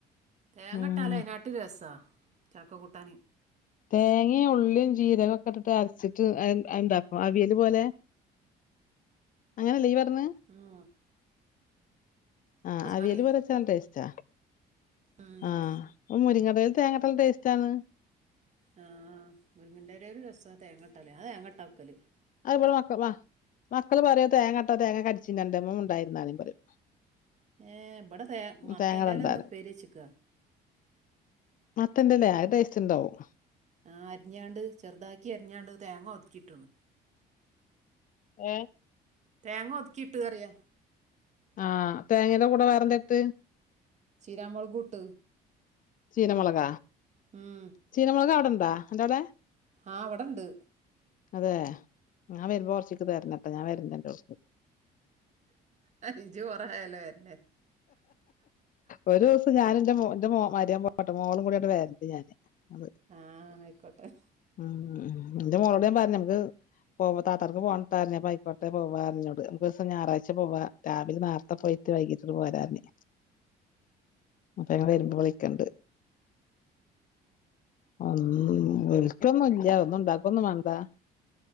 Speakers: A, on the right; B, on the left.
A: തേങ്ങട്ടാലേ
B: ഉം
A: അയ്നാട്ടിൽ രസാ ചക്ക കൂട്ടാന്
B: തേങ്ങയും ഉള്ളിയും ജീരക ഒക്കെ ഇട്ടിട്ട് അരച്ചിട്ട് എ എന്താ പ്പോ അവിയല് പോലെ അങ്ങനെയല്ലേ ഈ പർഞ്ഞ
A: ആഹ്
B: ആ അവിയല്
A: പറയാ
B: പറച്ചാ ടേസ്റ്റാ
A: ഉം
B: ആ മുരിങ്ങടയിൽ തേങ്ങട്ടാലും ടേസ്റ്റ് ആണ്
A: ആഹ് മുര്ങ്ങൻ്റെലേൽ രസാ തേങ്ങട്ടാ ല്ല് ഞാൻ തേങ്ങട്ടാവെക്കല്
B: അതുപോലെ മക്ക മക്കള് പറയാ തേങ്ങ ട്ടാ തേങ്ങ കടിച്ചിണ്ട് <unintelligible> മുണ്ടാതിര്ന്നാമതി പറിം
A: ഏഹ് ഇവടെ മത്തൻ്റെല
B: തേങ്ങടണ്ടാല്
A: ഇന്ന് ഉപ്പേരി വെച്ച്ക്ക
B: മത്തന്റെലേ അത് ടേസ്റ്റ്ണ്ടാവും
A: ആ അരിഞ്ഞാണ്ട് ചെറുതാക്കി അരിഞ്ഞാണ്ട് തേങ്ങ ഒതുക്കിട്ട്ണ്
B: ഏ
A: തേങ്ങ ഒതുക്കിട്ട് അറിയ
B: ആ തേങ്ങയുടെ കൂടെ വേറെ എന്തട്ട്
A: ചിരാമുളകൂട്ട്
B: ചീരമുളക
A: ഉം
B: ചീനമുളക് അവിടെണ്ടോ അൻ്റോടെ
A: ആ വടെണ്ട്
B: അതെ ഞാൻ വരുമ്പോ കൊർച്ചീക്ക് തരണട്ടൊ ഞാൻ വര്ണ്ട് അൻ്റോട്ക്ക്
A: ഇജ് കൊറായാല്ലോ വര്ന്
B: ഒരു ദിവസം ഞാനും എൻ്റെ മോ എൻ്റെ മോ മരോൻ പോട്ടെ മോളും കൂടട്ട് വരണ്ട് ഞാന് അത്
A: ആഹ് ആയിക്കോട്ടെ
B: ഉം എന്റെ മോളോട് ഞാൻ പർഞ്ഞമുക്ക് പോവ താത്താർക്ക് പോണ്ടായിഞ്ഞ പയിക്കോട്ടെ പോവാ പറഞ്ഞോട് നമുക്ക് ഞായറാഴ്ച പോവാ രാവിലെ നേരത്തെ പോയി ട്ട് വൈകിട്ട് പോരാർഞ്ഞ് അപ്പ ഞങ്ങൾ വരുമ്പോ വിളിക്കണ്ട് ഒന്നും വിളിക്കൊന്നുംല്ല ഒന്നും ഉണ്ടാക്കൊന്നും വേണ്ട